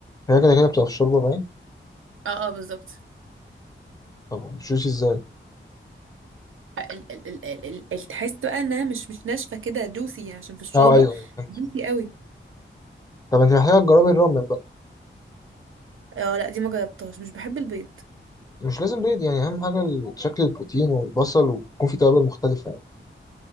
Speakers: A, on the left; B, on the right.
A: هي كده كده بتبقى في الشوربة باين
B: اه اه بالظبط
A: طب السوشي ازاي
B: ال ال ال ال ال ال- تحس بقى إنها مش مش ناشفة كده جوسي يعني عشان في الشوربة
A: اه ايوه ايوه فهمت
B: جوسي
A: فهمت.
B: قوي
A: طب انت محتاجة تجربي الرامن بقى
B: اه لا دي ما جربتهاش مش بحب البيض
A: مش لازم بيض يعني اهم حاجة ال- شكل البروتين والبصل ويكون في توابل مختلفة يعني